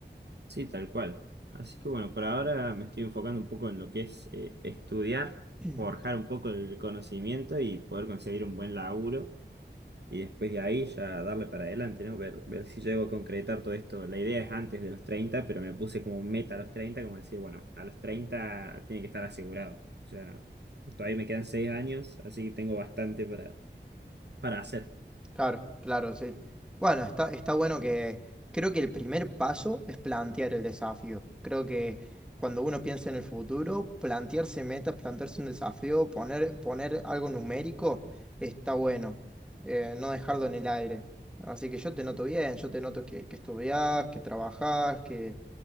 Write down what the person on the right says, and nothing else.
Sí, tal cual. Así que bueno, por ahora me estoy enfocando un poco en lo que es eh, estudiar,
forjar un poco el conocimiento y poder conseguir un buen laburo. Y después de ahí ya darle para adelante, ¿no? Ver, ver si llego a concretar todo esto. La idea es antes de los treinta pero me puse como meta a los 30 como decir, bueno, a los 30 tiene que estar asegurado. O sea, todavía me quedan 6 años, así que tengo bastante para, para hacer.